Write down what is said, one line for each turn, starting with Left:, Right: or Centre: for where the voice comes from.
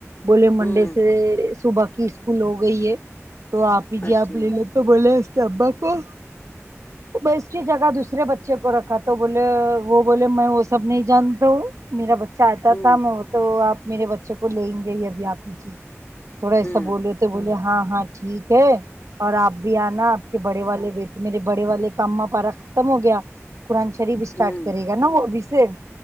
Right: بولے منڈے
Left: ہوں
Right: سے صبح کی اسکول ہو گئی ہے تو آپ ہیجی
Left: اچھا
Right: آپ
Left: ہوں
Right: لے لو تو بولے اس کے ابا کو ب اس کی جگہ دوسرے بچے کو رکھا تو بولے وہ بولے میں وہ سب نہیں جانتا ہوں میرا بچہ آتا
Left: ہوں
Right: تھا میں وہ تو آپ میرے بچے کو لیں گے ہی ابھی آپ ہی جی تھوڑا ایسا
Left: ہوں
Right: بولے تو بولے ہاں ہاں ٹھیک ہے اور آپ بھی آنا آپ کے بڑے والے بیٹ میرے بڑے والے کا اما پارا ختم ہو گیا قرآن شریف اسٹارٹ
Left: ہوں
Right: کرے گا نا وہ ابھی سے